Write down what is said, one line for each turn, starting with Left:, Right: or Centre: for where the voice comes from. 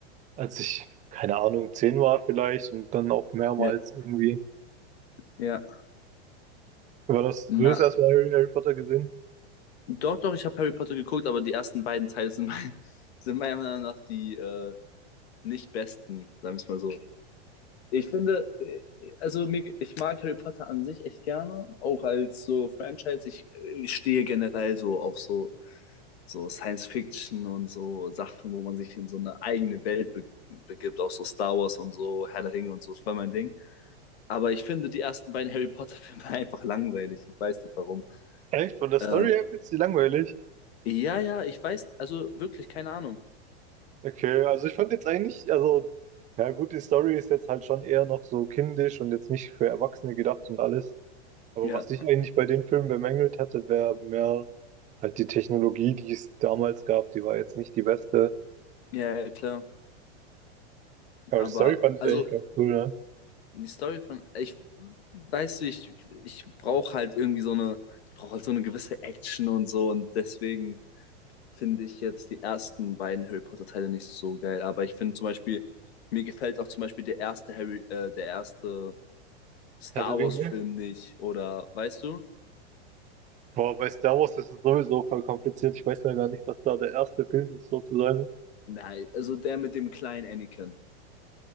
Right: als ich, keine Ahnung, zehn war vielleicht und dann auch mehrmals
Left: Ja,
Right: irgendwie.
Left: ja.
Right: War das,
Left: Na,
Right: du hast erstmal Harry, Harry Potter gesehen?
Left: doch, doch, ich habe Harry Potter geguckt, aber die ersten beiden Teile sind, mein- <laughs> sind meiner Meinung nach die äh, nicht besten, sagen wir es mal so. Ich finde, äh, also mir, ich mag Harry Potter an sich echt gerne, auch als so Franchise. Ich, ich stehe generell so auf so, so Science Fiction und so Sachen, wo man sich in so eine eigene Welt be begibt, auch so Star Wars und so, Herr der Ringe und so, ist voll mein Ding. Aber ich finde die ersten beiden Harry Potter-Filme <laughs> einfach langweilig. Ich weiß nicht warum.
Right: Echt? Von der
Left: Ähm,
Right: Story her findest du die langweilig?
Left: ja, ja, ich weiß, also wirklich, keine Ahnung.
Right: Okay, also ich fand jetzt eigentlich, also, ja gut, die Story ist jetzt halt schon eher noch so kindisch und jetzt nicht für Erwachsene gedacht und alles. Aber
Left: Ja,
Right: was ich eigentlich bei den Filmen bemängelt hätte, wäre mehr halt die Technologie, die es damals gab, die war jetzt nicht die beste.
Left: ja, ja, klar.
Right: Aber
Left: Aber,
Right: die Story fand
Left: also
Right: ich eigentlich ganz cool, ne?
Left: die Story von, ich, weißt du, ich, ich brauche halt irgendwie so eine, ich brauche halt so eine gewisse Action und so und deswegen finde ich jetzt die ersten beiden Harry Potter Teile nicht so geil, aber ich finde zum Beispiel, mir gefällt auch zum Beispiel der erste Harry, äh, der erste Star
Right: Herr der Ringe.
Left: Wars Film nicht oder, weißt du?
Right: Boah, bei Star Wars ist es sowieso voll kompliziert. Ich weiß ja gar nicht, was da der erste Film ist, sozusagen.
Left: Nein, also der mit dem kleinen Anakin.